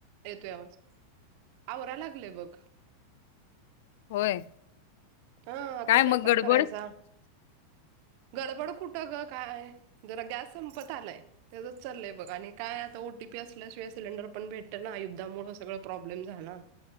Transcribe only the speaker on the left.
होय
काय
मग गडबड
<inaudible>